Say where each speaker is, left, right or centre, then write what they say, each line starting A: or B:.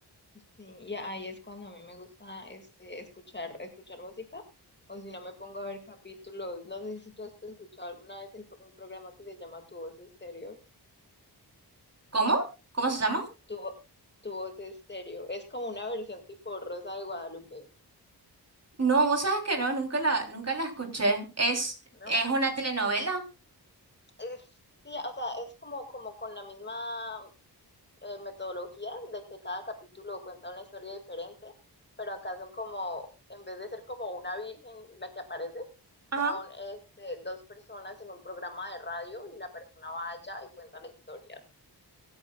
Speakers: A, on the left; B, on the right.
A: Sí, y ahí es cuando a mí me gusta este, escuchar, escuchar música, o si no me pongo a ver capítulos. No sé si tú has escuchado alguna vez el, pro- un programa que se llama Tu Voz Estéreo.
B: ¿Cómo? ¿Cómo se llama?
A: Tu, Vo- Tu Voz Estéreo. Es como una versión tipo Rosa de Guadalupe,
B: No, vos sabes que no, nunca la, nunca la escuché. Es,
A: ¿no?
B: es una telenovela.
A: Es, sí, o sea, es como, como con la misma eh, metodología de que cada capítulo cuenta una historia diferente, pero acá son como, en vez de ser como una virgen la que aparece,
B: Ajá.
A: son este, dos personas en un programa de radio y la persona va allá y cuenta la historia.